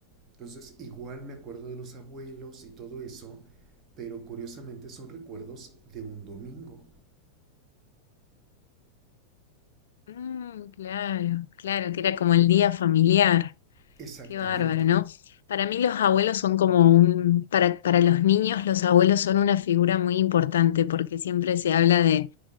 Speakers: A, on the right; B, on the left.
A: Entonces, igual me acuerdo de los abuelos y todo eso, pero curiosamente son recuerdos de un domingo.
B: Mm, claro, claro, que era como el día familiar.
A: Exactamente.
B: Qué bárbaro, ¿no? Para mí los abuelos son como un, para, para los niños los abuelos son una figura muy importante porque siempre se habla de,